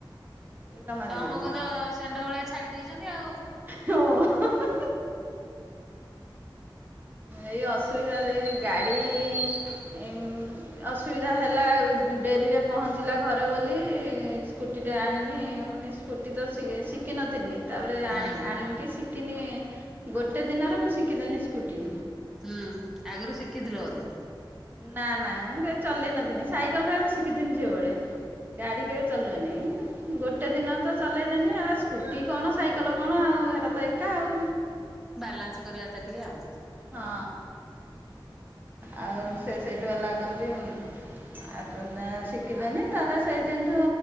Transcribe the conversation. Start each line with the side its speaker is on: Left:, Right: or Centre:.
Right: ସେ ଜମା
Centre: ତମକୁ
Right: ଯିବେନି।
Centre: ତ ଷେଣ୍ଢ ଭଳିଆ ଛାଡି ଦେଇଛନ୍ତି ଆଉ।
Right: ହଁ ହଁ ହ। ଏଇ ଅସୁବିଧା ଦେଇ, ଗାଡ଼ି ଉଁ ଅସୁବିଧା ହେଲା ଆଉ। ଡେରିରେ ପହଞ୍ଚିଲା ଘରେ ବୋଲି ସ୍କୁଟିଟେ ଆଣିନି, ମୁଁ କହିନି ସ୍କୁଟି ତ ଶିଖିନଥିନି। ତାପରେ
Centre: ହୁଁ
Right: ଆଣି ଆଣିକି ଶିଖିନି ଗୋଟେ ଦିନରେ ମୁଁ ଶିଖିଦେନି ସ୍କୁଟି।
Centre: ହୁଁ ଆଗରୁ ଶିଖିଥିଲ ବୋଧେ?
Right: ନା ନା ମୁଁ କେବେ ଚଲେଇ ନଥିନି, ସାଇକଲ ଫାଇକଲ ଶିଖିଥିନି ଝିଅବେଳେ।
Centre: ହୁଁ
Right: ଗାଡି
Centre: ହୁଁ
Right: କେବେ ଚଲୁଏନି। ଗୋଟେ ଦିନ ତ ଚଲେଇଦେନି, ଏ ସ୍କୁଟି କଣ ସାଇକଲ କଣ ଆଉ ହେରା ତ ଏକା ଆଉ।
Centre: ବାଲାନ୍ସ କରିବା କଥା ଟିକେ ଆଉ
Right: ହଁ, ଆଉ ସେ ସେଇଠୁ ହେଲା କନ୍ତି ଆଉ ତ ତ ଶିଖିଦେନି ତାର ସେଇଦିନଠୁ